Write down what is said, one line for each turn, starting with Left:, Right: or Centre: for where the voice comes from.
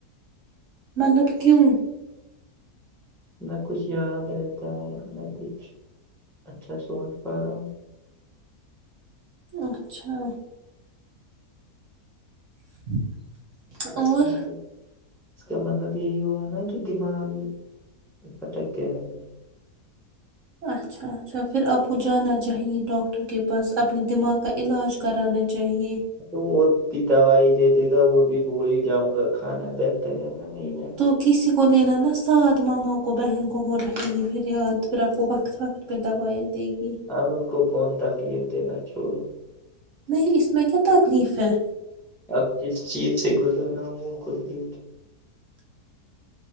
Right: مطلب کیوں
Centre: نہ کچھ یاد رہتا ہے نہ کچ اچھا سوچ پا رہا ہوں
Right: اچھا <inaudible>
Centre: اس
Right: اور
Centre: کا مطلب اس کا مطلب یہی ہوا نا کہ دماغ بھٹک گیا ہے
Right: اچھا اچھا پھر آپ کو جانا چاہیے ڈاکٹر کے پاس اپنے دماغ کا علاج کرانا چاہیے
Centre: تو وہ بھی دوائی دے دے گا وہ بھی بول ہی جاؤں گا کھانا بہتر ہے نا نہیں ج
Right: تو کسی کو لینا نا ساتھ ماما کو بہن کو وہ رہکھے گی پھر یاد پھر آپ کو وقت وقت پہ دوائیاں دے گی
Centre: اب ان کو کون تکلیف دے گا چھوڑو
Right: نہیں اس میں کیا تکلیف ہے
Centre: اب جس چیز سے گزر رہا ہوں وہ خود کی